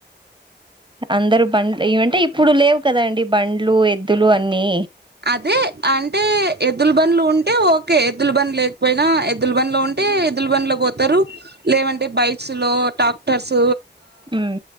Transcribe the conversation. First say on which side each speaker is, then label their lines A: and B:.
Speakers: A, on the right; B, on the right.
A: అందరు బండ్ ఏంటే ఇప్పుడు లేవు కదా అండి బండ్లు ఎద్దులు అన్ని
B: అదే అంటే ఎద్దులు బండ్లు ఉంటే ఓకే ఎద్దులు బండి లేకపోయినా ఎద్దులు బండ్లు ఉంటే ఎద్దులు బండిలో కూడా పోతారు లేదంటే బైక్స్ లో ట్రాక్టర్స్
A: ఉమ్